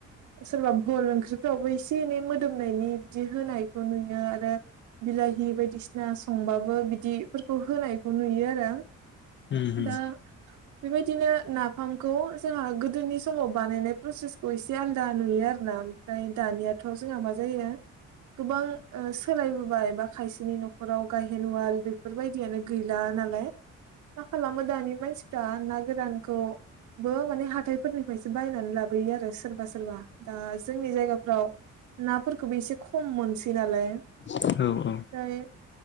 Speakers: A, on the right; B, on the left.
A: सोरबा भल ओंख्रिफ्रावबो एसे एनै मोदोम होननि बिदि होनायखौ नुयो आरो बिलाहि बायदिसिना संबाबो बिदिफोरखौ होनायखौ नुयो आरो
B: उम उम
A: दा बेबायदिनो नाफामखौ जोंहा गोदोनि समाव बानायनाय प्रसेसखौ एसे आलादा नुयो आरोना ओमफ्राय दानियाथ' जोंहा मा जायो गोबां सोलायबोबाय बा खायसेनि न'खराव गाहेन उआल बेफोरबायदियानो गैला नालाय मा खालामो दानि मानसिफ्रा ना गोरानखौ बो माने हाथथायफोरनि बिसोर बायनानै लाबोयो आरो सोरबा सोरबा दा जोंनि जायगाफ्राव नाफोरखौबो एसे खम मोनसै नालाय
B: औ औ
A: ओमफ्राय